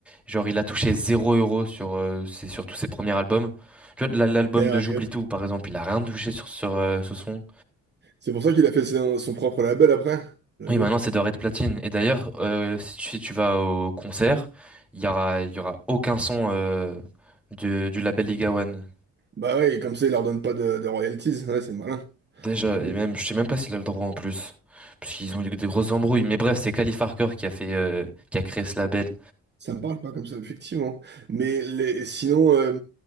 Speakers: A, in the centre; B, on the right.
A: genre, il a touché zéro euro sur, euh, ses- sur tous ses premiers albums. Tu vois, la- l'album
B: Sérieux.
A: de J'oublie tout, par exemple, il a rien touché sur, sur euh, ce son.
B: C'est pour ça qu'il a fait son, son propre label après, j'avoue.
A: Oui, maintenant, c'est doré de platine. Et d'ailleurs, euh, si tu, si tu vas au concert, il y aura, il y aura aucun son euh, de- du label Liga One.
B: Bah ouais, et comme ça, il leur donne pas de, de royalties. Ouais, c'est malin,
A: Déjà,
B: j'avoue.
A: et même, je sais même pas s'il a le droit en plus. Parce qu'ils ont eu des grosses embrouilles. Mais bref, c'est Calif Harker qui a fait, euh, qui a créé ce label.
B: Ça me parle pas comme ça, effectivement. Mais les, sinon, euh,